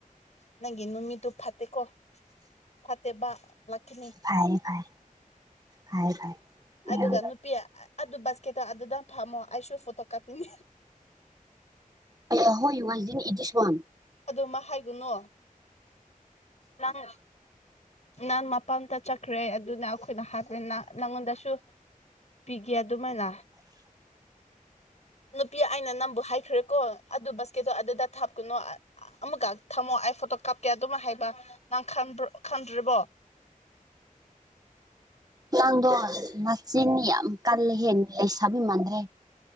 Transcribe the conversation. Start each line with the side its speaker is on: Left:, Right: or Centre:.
Left: ꯅꯪꯒꯤ ꯅꯨꯃꯤꯠꯇ ꯐꯠꯇꯦꯀꯣ ꯐꯠꯇꯦꯕ ꯂꯥꯛꯀꯅꯤ
Right: ꯐꯥꯏ ꯐꯥꯏ ꯐꯥꯏ ꯐꯥꯏ
Left: ꯑꯗꯨꯒ
Right: ꯌꯥꯝ
Left: ꯅꯨꯄꯤ ꯑꯗꯨ ꯕꯥꯁꯀꯦꯠꯇꯣ ꯑꯗꯨꯗꯪ ꯐꯝꯃꯣ ꯑꯩꯁꯨ ꯐꯣꯇꯣ ꯀꯥꯄꯅꯤ
Right: ꯑꯍꯣ ꯌꯨ ꯑꯟ ꯏꯗꯤꯁ ꯋꯥꯟ
Left: ꯑꯗꯨꯃ ꯍꯥꯏꯒꯨꯅꯨ ꯍꯪꯉ ꯅꯍꯪꯥꯟ ꯃꯄꯥꯟꯇ ꯆꯠꯈ꯭ꯔꯦ ꯑꯗꯨꯅ ꯑꯩꯈꯣꯏꯅ ꯍꯥꯠꯄꯦ ꯅꯪꯉꯣꯟꯗꯁꯨ ꯄꯤꯒꯦ ꯑꯗꯨꯃꯥꯏꯅ ꯅꯨꯄꯤ ꯑꯩꯅ ꯅꯝꯕꯨ ꯍꯥꯏ ꯈ꯭ꯔꯦꯀꯣ ꯑꯗꯨ ꯕꯁꯀꯦꯠꯇꯣ ꯑꯗꯨꯗ ꯊꯥꯞꯀꯨꯅꯣ ꯑꯃꯨꯛꯀ ꯊꯝꯃꯣ ꯑꯩ ꯐꯣꯇꯣ ꯀꯥꯞꯀꯦ ꯑꯗꯨꯃ ꯍꯥꯏꯕ ꯅꯪꯕ ꯈꯟꯗ꯭ꯔꯔꯤꯕꯣ
Right: ꯅꯥꯡꯗꯣ ꯅꯆꯤꯟꯅꯤ ꯌꯥꯝ ꯀꯜꯂ ꯍꯦ ꯂꯩꯁꯕꯤ ꯃꯥꯟꯗ꯭ꯔꯦ